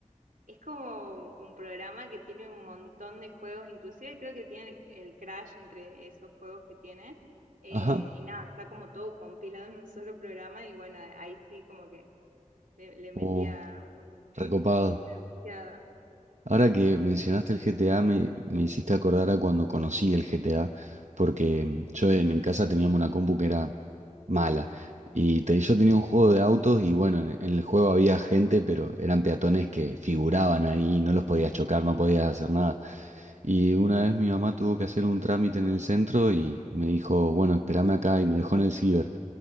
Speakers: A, on the right (about 80°); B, on the right (about 60°).
A: es como un programa que tiene un montón de juegos, inclusive creo que tiene el Crash entre esos juegos que tiene. eh,
B: Ajá.
A: y nada, está como todo compilado en un solo programa y bueno, ahí sí como que le, le metía
B: Oh, recopado.
A: una viciada.
B: Ahora que mencionaste el GTA, me, me hiciste acordar a cuando conocí el GTA, porque mm, yo en, en casa teníamos una compu que era mala. Y te- yo tenía un juego de autos y bueno, en, en el juego había gente, pero eran peatones que figuraban ahí, no los podías chocar, no podías hacer nada. Y una vez mi mamá tuvo que hacer un trámite en el centro y, y me dijo, bueno, espérame acá y me dejó en el ciber.